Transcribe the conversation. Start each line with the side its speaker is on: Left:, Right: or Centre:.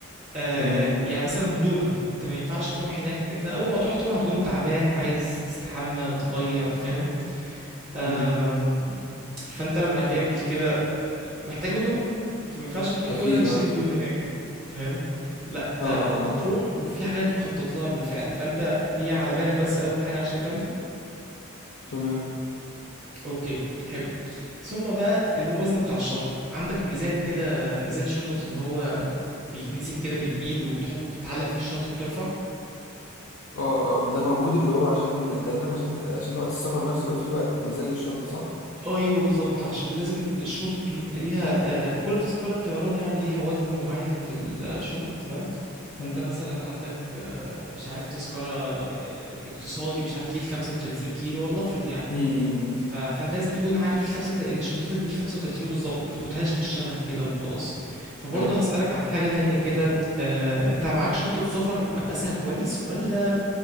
Right: آه
Left: تمام
Right: يعني مثلا هدومك انت ما ينفعش تروح هناك انت اول ما تروح طبعا هتكون تعبان عايز تستحمى وتغير فاهم آم،
Left: مم.
Right: فانت لما هتعمل كده محتاج هدوم فما ينفعش تروح
Left: اكيد
Right: تقول انا هشتري
Left: اه
Right: هدوم هناك فاهم لا انت
Left: اه اه
Right: هتروح
Left: اه آه.
Right: وفي حاجات مخطط لها بالفعل فانت دي على بالك بس اول حاجة عشان اكمل
Left: تمام
Right: اوكي حلو ثم بقى الوزن بتاع الشنطة عندك ميزان كده ميزان شنط اللي هو بيتمسك كده بالايد وبتحط بتعلق فيه الشنطة وترفع
Left: اه آه، ده موجود اللي هو عشان تقريبا عشان عشان وقت السفر نفسه بقى فيه وقت ميزان للشنطة صح؟
Right: ايوه بالظبط عشان لازم الشنط بيبقى ليها آه، كل تذكرة طيران يعني ليها وزن معين في الشنط تمام فانت
Left: امم
Right: مثلا عندك آه، مش عارف تذكرة آه، اقتصادي مش عارف ليك 35 كيلو والله افرض يعني
Left: امم
Right: ف- فانت لازم تكون عارف ال 35 ان شنطتك دي 35 بالظبط ما تاخدهاش بالشبه كده وخلاص فبرضه
Left: ايوه
Right: هسألك عن حاجة تانية كده آه، انت معاك شنطة سفر مقاسها كويس ولا